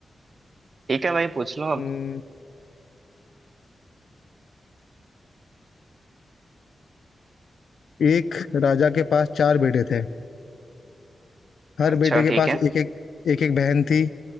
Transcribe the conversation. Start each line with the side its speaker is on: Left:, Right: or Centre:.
Right: ठीक है भाई पूछ लो अब
Left: हम्म, एक राजा के पास चार बेटे थे हर
Right: अच्छा
Left: बेटे के
Right: ठीक
Left: पास
Right: है
Left: एक एक एक एक बहन थी